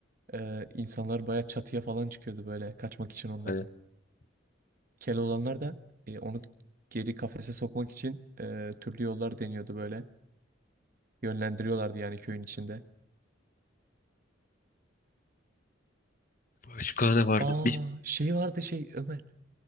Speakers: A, on the right; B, on the left.
A: Ee, insanlar baya çatıya falan çıkıyordu böyle kaçmak için ondan.
B: Aynen.
A: Keloğlanlar da e, onu geri kafese sokmak için e, türlü yollar deniyordu böyle. Yönlendiriyorlardı yani köyün içinde.
B: Başka ne vardı?
A: Aa
B: Bir...
A: şey vardı şey Ömer.